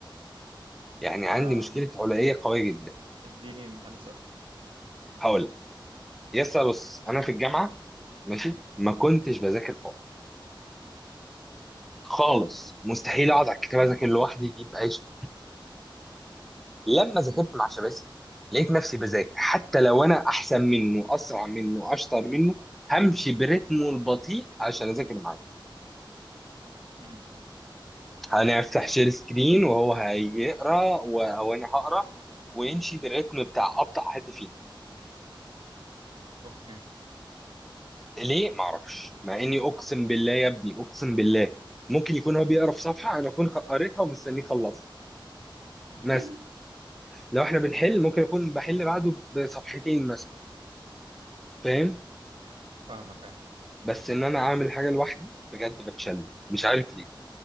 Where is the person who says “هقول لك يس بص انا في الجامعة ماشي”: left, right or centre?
Centre